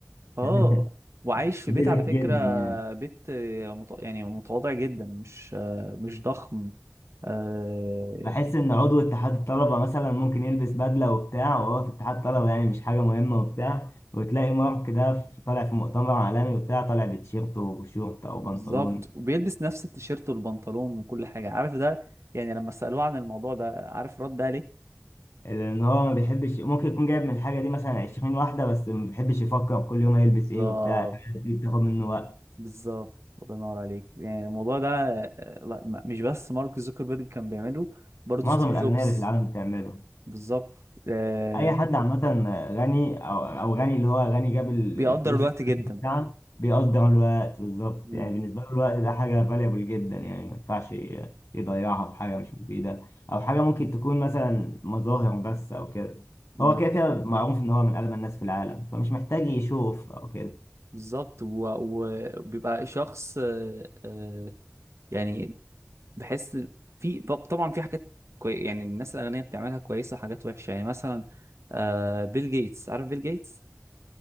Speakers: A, on the left; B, on the right.
A: <laughs>
B: آه
A: و-
B: وعايش في
A: بيزك
B: بيت على
A: جدا
B: فكرة
A: يعني
B: بيت مت- يعني متواضع جدا مش مش ضخم آه،
A: بحس ان عضو اتحاد الطلبه مثلا ممكن يلبس بدله وبتاع وهو في اتحاد طلبه يعني مش حاجه مهمه وبتاع وتلاقي مارك ده في- طالع في مؤتمر عالمي وبتاع طالع بتيشيرت وشورت او بنطلون
B: بالظبط وبيلبس نفس التيشيرت والبنطلون وكل حاجة عارف ده يعني لما سألوه عن الموضوع ده عارف رد عليه
A: لان هو ما بيحبش ممكن يكون جايب من الحاجه دي مثلا 20 واحده بس ما بيحبش يفكر كل يوم هيلبس
B: بالظبط
A: ايه وبتاع الحاجات دي بتاخد منه وقت
B: بالظبط الله ينور عليك يعني الموضوع ده آه، لا ما- مش بس مارك زوكربيرج كان بيعمله برضه
A: معظم
B: ستيف
A: الاغنياء
B: جوبز
A: اللي في العالم بتعمله
B: بالظبط آه،
A: اي حد عامه غني او او غني اللي هو غني جاب ال-
B: بيقدر
A: الفلوس
B: الوقت
A: اللي
B: جدا
A: بتاعها بيقدر الوقت بالظبط
B: مم.
A: يعني بالنسبه له الوقت ده حاجه فاليبل جدا يعني ما ينفعش ي- يضيعها في حاجه مش مفيده او حاجه ممكن تكون مثلا مظاهر بس او كده
B: مم.
A: هو كده كده معروف ان هو من اغنى الناس في العالم فمش محتاج يشوف او كده
B: بالظبط و- وبيبقى شخص آه، آه، يعني بحس في طبعا في حاجات كوي... يعني الناس الأغنياء بتعملها كويسة وحاجات وحشة يعني مثلا آه بيل جيتس عارف بيل جيتس